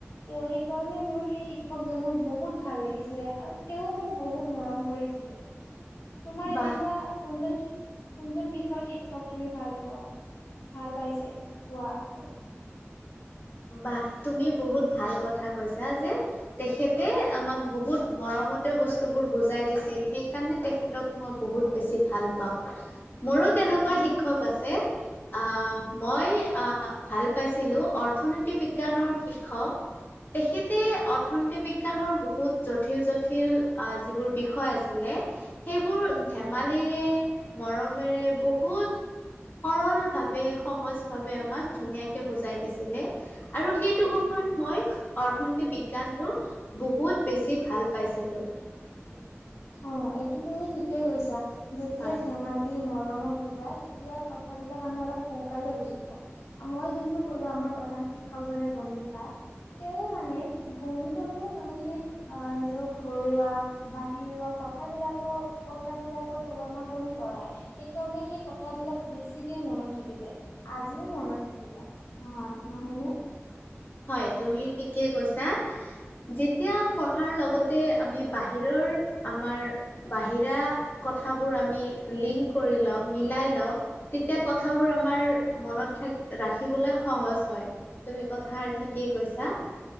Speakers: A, on the left (about 80°); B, on the left (about 45°).
A: তেওঁ সেই কাৰণে মই সেই শিক্ষক জনক বহুত ভাল লাগিছিলে। আৰু তেওঁ মোক বহুত মৰম কৰিছিলে। তোমাৰ এনেকুৱা
B: বাহ
A: কোনজন শিক কোনজন বিষয় শিক্ষক তুমি ভাল পোৱা? ভাল পাইছে পোৱা আগত
B: বাহ তুমি বহুত ভাল কথা কৈছা যে, তেখেতে আমাক বহুত মৰম মতে বস্তু বোৰ বুজাই দিছিল সেইকাৰণে তেখেতক মই বহুত বেছি ভাল পাওঁ। মোৰো তেনেকুৱা
A: উম
B: শিক্ষক আছে, অহ', অহ', মই ভাল পাইছিলো অৰ্থ অৰ্থনীতি বিজ্ঞানৰ শিক্ষক, তেখেতে অৰ্থনীতি বিজ্ঞানৰ বহুত যত যথিল-যথিল যিবোৰ বিষয় আছিলে সেইবোৰ
A: উম।
B: ধেমালিৰে মৰমেৰে বহুত সৰল ভাৱে, সহজ ভাৱে আমাক ধুনীয়াকে বুজাই দিছিলে। আৰু সেইটো সময়ত মই অৰ্থনীতিক বিজ্ঞানতটো বহুত বেছি ভাল পাইছো। চিলো।
A: অ, এইটো তুমি ঠিকেই কৈছা, যেতিয়া
B: হয়
A: ধেমালি মৰ মৰমত বুজাই তেতিয়া কথা বিলাক আমি অলপ সোনকালে বুজি পাওঁ। মই যোনটো কলোঁ আমাৰ প্ৰধান শিক্ষকজনে গণিত পায়, তেওঁ মানে গণিততো তাৰ মানে আহ নিজৰ ঘৰুৱা বাহিৰোৱা কথাবিলাকক কথাবিলাকৰ তুলনা কৰি কৰাই। সেইকাৰণে সেই কথাবিলাক বিলাক বেছিকে মনত থাকি যায়। আজিও মনত থাকি যায় নহয়-নহয় নে?
B: হয় তুমি ঠিকে কৈছা। যেতিয়া পঢ়াৰ লগতে আমি বাহিৰৰ আমাৰ বাহিৰা ক কথাবোৰ আমি লিংক কৰি লও, মিলাই লও তেতিয়া কথা বোৰ আমাৰ মনত থাকি ৰাখিবলৈ সহজ হয় তুমি কথা
A: উম,
B: ঠিকেই কৈছা।